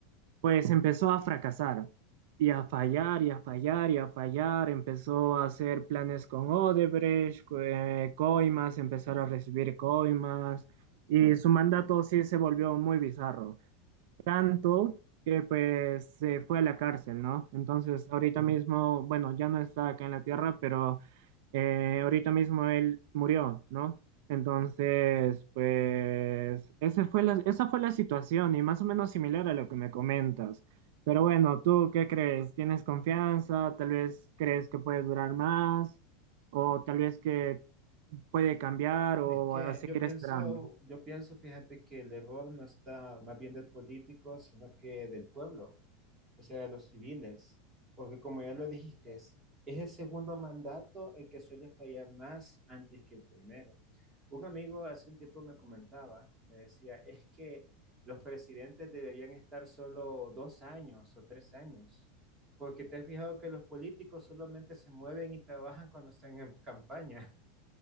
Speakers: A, on the right; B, on the right.
A: pues empezó a fracasar y a fallar y a fallar y a fallar. Empezó a hacer planes con Odebrecht, co- eh, coimas, empezar a recibir coimas y su mandato sí se volvió muy bizarro tanto que pues se fue a la cárcel, ¿no? Entonces, ahorita mismo, bueno, ya no está acá en la tierra, pero eh, ahorita mismo él murió, ¿no? Entonces, pues esa fue la, esa fue la situación y más o menos similar a lo que me comentas. Pero bueno, ¿tú qué crees? ¿Tienes confianza? ¿Tal vez crees que puedes durar más? ¿O tal vez que puede cambiar o
B: Es que
A: a seguir
B: yo pienso,
A: esperando?
B: yo pienso, fíjate que el error no está más bien del político, sino que del pueblo, o sea, de los civiles, porque como ya lo dijiste, es es el segundo mandato el que suele fallar más antes que el primero. Un amigo hace un tiempo me comentaba, me decía, es que los presidentes deberían estar solo dos años o tres años, porque te has fijado que los políticos solamente se mueven y trabajan cuando están en campaña.